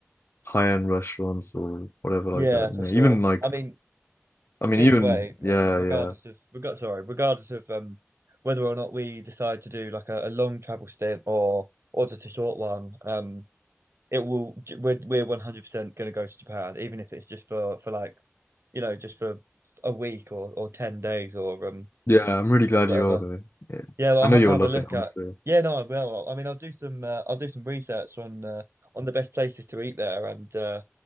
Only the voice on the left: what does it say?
high-end restaurants or whatever like
that
you know
even like
I mean
even
yeah
yeah
yeah I'm really glad
you are though yeah
I
know
you'll
love
it honestly